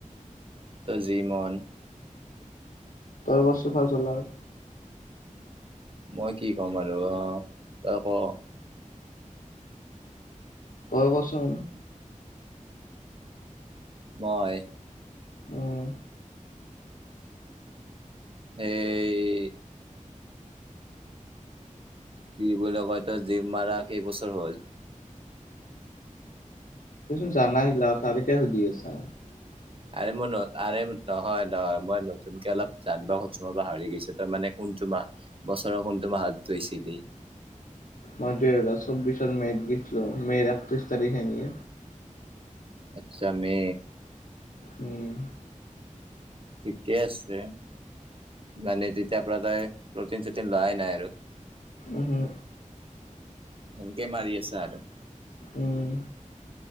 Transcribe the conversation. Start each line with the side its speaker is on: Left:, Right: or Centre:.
Right: জি মন‌
Left: লগত চোফা জ্বলাই
Right: মই কি ক'ম আৰু অ তই ক।
Left: তই কচোন।
Right: মই‌?
Left: উম।
Right: সেই কি বুলি কয় তই জিম মাৰা কেইবছৰ হল?
Left: তয়চোন যানাই আৰু কিয় হুধীআছা?
Right: আৰে মন আৰে নহয় নহয় মই নতুনকে অলপ জান খুজছো মই পাহৰি গৈছো তই মানে কোনটো মাহ বছৰৰ কোনটো তোমাহাত <unintelligible> জইছিলি
Left: মাজিয়া চৌ্বিছৰ মেত <unintelligible> গীছিলল মে'ৰ একত্ৰিশ তাৰিখে নি
Right: আচ্ছা মে'
Left: উম।
Right: ঠিকে আছে। মানে তেতিয়া পৰা তায় প্ৰটিন চুটিন লোৱাই নাই আৰু।
Left: উহো।
Right: হেনেকে মাৰি আছা আৰু।
Left: উম।